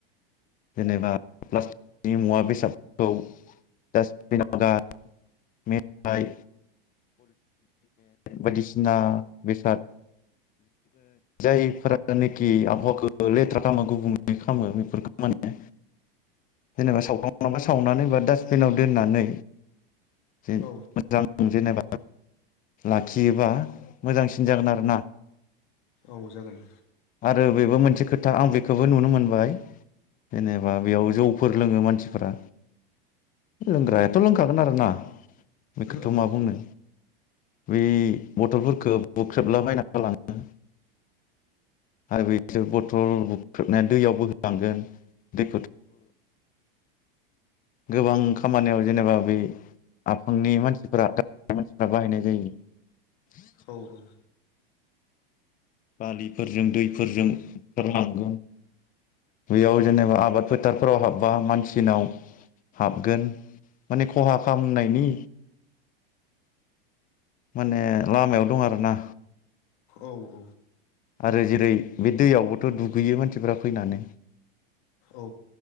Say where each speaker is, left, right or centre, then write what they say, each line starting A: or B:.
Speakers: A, on the left; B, on the left.
A: जेनेबा प्लास्टिक नि मुवा बेसादफोरखौ जेनबा <inaudible> मेथाइ बायदिसिना बेसाद जायफोरानोखि आबहावाखौ लेथ्रा खामो गुबुंले खामो बेफोरखौ माने, जेनेबा सावखांबा सावनानै बा डास्टबिनाव दोननानै। नै जे
B: औ
A: मोजां जेनेबा लाखियोबा मोजांसिन जागोन आरोना।
B: औ जागोन।
A: आरो बेबो मोनसे खोथा आं बेखौबो नुनो मोनबाय। जेनेबा बेयाव जौफोर लोङो मानसिफोरा। लोंग्रायाथ
B: औ
A: लोंखागोन आरोना। बेखौथ
B: औ
A: मा
B: नंगौ
A: बुंनो? बै बथलफोरखौ बुख्रेबलाबायना गालाङो। आरो बिसोर बथल बुख्रेबनाया दैयाव बोहोलांगोन। दैखौथ गोबां खामानियाव जेनेबा बै आफांनि मानसिफोरा मानसिफोरा बाहायनाय जायो।
B: औ औ।
A: बा बिफोरजों दैफोरजों <inaudible> बैयाव
B: औ
A: जेनेबा आबाद फोथारफोराव हाबबा मानसिनाव हाबगोन माने खहा खालामनायनि माने लामायाव दं आरोना।
B: औ
A: आरो जेरै बे दैयावबोथ दुगैयो मानसिफ्रा फैनानै।
B: औ